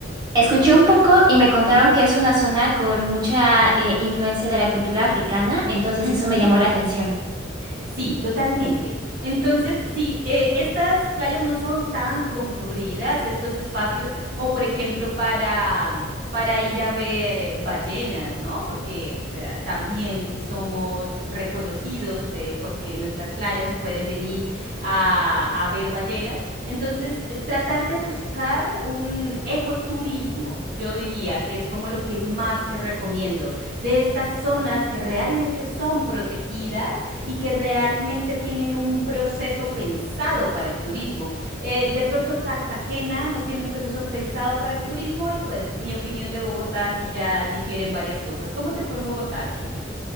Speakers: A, on the right (about 20°); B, on the right (about 50°).
A: Escuché un poco y me contaron que es una zona con mucha eh, influencia de la cultura africana, entonces
B: Ujú.
A: eso me llamó la atención.
B: Sí, totalmente. Entonces, sí, eh, estas playas no son tan concurridas, estos espacios, o por ejemplo para, mm, para ir a ver eh, ballenas, ¿no? Porque o sea, también somos reconocidos eh, porque en nuestras playas se pueden venir a, a ver ballenas. Entonces, eh, tratar de buscar un ecoturismo, yo diría que es como lo que más te recomiendo, de estas zonas que realmente son protegidas y que realmente tienen un proceso pensado para el turismo. Eh, de pronto Cartagena no tiene un proceso pensado para el turismo y pues mi opinión de Bogotá sí ya difieren varias cosas. ¿Cómo te fue en Bogotá, Tibiri?